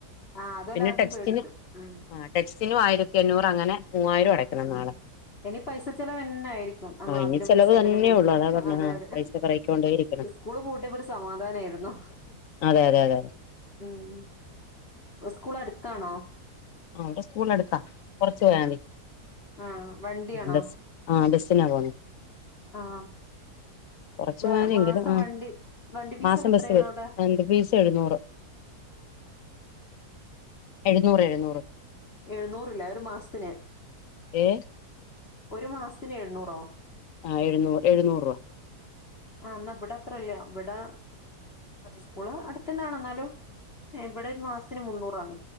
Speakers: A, on the left; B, on the left.
A: ആ അതുപോലെ
B: പിന്നെ
A: ആദ്യം
B: ടെക്സ്റ്റന്
A: പേടിക്കും ഉം
B: ആ ടെക്സ്റ്റിന ആയിര രത്തിഎഞ്ഞൂറ് അങ്ങനെ മൂവായിരം അടയ്ക്കണം
A: മ്മ്
B: നാളെ
A: ഇനി പൈസ ചെലവ്ന്നെ ആയിരിക്കും നമ്മൾ
B: ആഹ് ഇനി
A: അതിന്
B: ചെലവ്
A: പൈസ
B: തന്നെ
A: ഇതിന് പൈസ
B: ഉള്ളൂ അതാ പറഞ്ഞത്
A: അതെ
B: ആഹ്
A: അതെ
B: പൈസ പെറക്കിക്കൊണ്ടേ ഇരിക്കണം
A: സ്കൂള് പൂട്ടിയപ്പോ ഒരു സമാധാനമായിരുന്നു
B: അതെ അതെ അതെ അതെ
A: മ്മ് സ്കൂള് അട കാണോ
B: ആ അവന്റെ സ്കൂള് അടുത്താ കൊറച്ച് പോയാ
A: ആഹ് വണ്ടിയാണോ
B: മതി ആ ബസിനാ പോണെ
A: ആഹ്
B: കൊറച്ചു
A: വ
B: പോണെങ്കിലും
A: മാസം
B: ആ
A: വണ്ടി വണ്ടി ഫീസൊക്കെ
B: മാസം
A: എത്രയാണ്
B: ബസ് വരും
A: അവിടെ
B: എന്ത് ഫീസ് എഴുന്നൂറ് എഴുന്നൂറ് എഴുന്നൂറ്
A: എഴുന്നൂറ് ല്ലെ ഒരു മാസത്തിന്
B: ഏഹ്
A: ഒരു മാസത്തിന് എഴുന്നൂറോ
B: ആ എഴുന്നൂ എഴുന്നൂറ് രൂപ
A: ആ എന്നാ ഇവിടെ അത്രല്ല ഇവിടെ സ്കൂള് അടുത്തനെണ് എന്നാലും ഇവിടെ ഒരു മാസത്തിന് മുന്നൂറാണ്